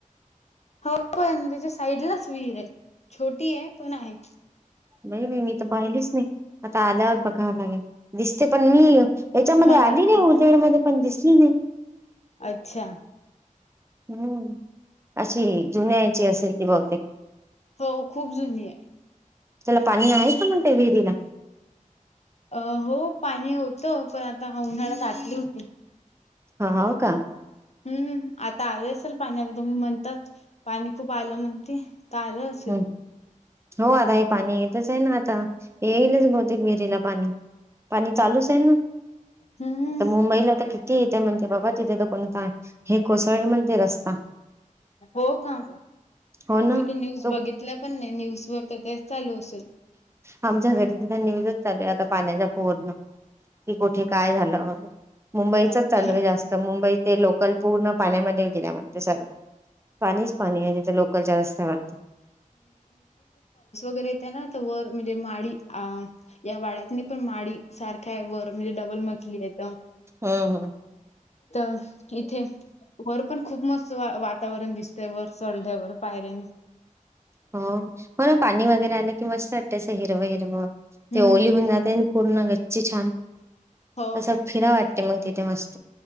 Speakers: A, on the left; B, on the right.
A: हो पण त्याच्या साईडलाच विहीर आहे छोटी आहे पण आहे.
B: नाही बाई मी तर पाहिलीच नाही आता आल्यावर बघावं लागेल दिसते पण मी याच्यामध्ये
A: तुम्हाला
B: आली
A: दाखवेन
B: नाही उजेड मध्ये पण दिसली नाही
A: अच्छा
B: हम्म अशी जुन्याची असेल ती बहुतेक
A: हो खूप जुनी आहे
B: त्याला पाणी आहे का म्हणते विहिरीला
A: अ हो पाणी होत होत पण आता उन्हाळ्यात आटली होती
B: हा हो का.
A: हम्म आता आले असेल पाणी. आता तुम्ही म्हणताात पाणी खूप आलं म्हणते. अस.
B: हम्म हो आता हे पाणी येतच आहे ना आता. येईलच बहुतेक विहिरीला पाणी. पाणी चालूच आहे ना.
A: हम्म
B: तर मुंबईला तर किती येत म्हणते बाबा तिथे तर कोण. हे कोसळळी म्हणते रस्ता
A: हो का
B: हो ना.
A: मी ते न्यूज
B: तो
A: बघितल्या पण नाही न्यूज वर. तेच चालू असेल.
B: आमच्या घरी तिथ निवेदच चालू आता. पाण्याच्या पोरण कि कुठे काय झालं हो. मुंबईचच
A: अच्छा
B: चालू जास्त मुंबई ते लोकल पूर्ण पाण्यामध्ये गेल्या म्हणते सर्व. पाणीच पाणी आहे तिथे लोकलच्या रस्त्यावर.
A: करायचं म्हणजे माळी या वाड्यात नाही पण माडी सारख. हय वर म्हणजे डबल मचली आहेेत
B: हम्म हम्म
A: तर इथे वर पण खूप मस्त वातावरण दिसतय वर चढल्यावर‌ पायऱ्या
B: हो म्ह ना पाणी वगैरे आलं कि मस्त वाटतच हिरव हिरवं. ते
A: हम्म
B: ओली होऊन जाते पूर्ण गच्ची छान
A: हो
B: असं फिरा
A: पण
B: वाटते मग तिथे मस्त.